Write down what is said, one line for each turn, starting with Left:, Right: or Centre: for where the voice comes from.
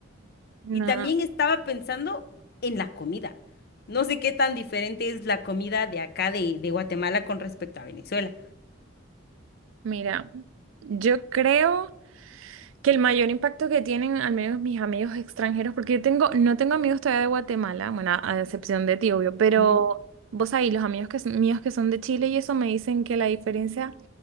Right: No,
Left: Y también estaba pensando en la comida. No sé qué tan diferente es la comida de acá de, de Guatemala con respecto a Venezuela.
Right: mira, yo creo que el mayor impacto que tienen, al menos mis amigos extranjeros, porque yo tengo, no tengo amigos todavía de Guatemala, bueno, a a excepción de ti, obvio, pero
Left: Ujú.
Right: vos ahí, los amigos que, s- míos que son de Chile y eso me dicen que la diferencia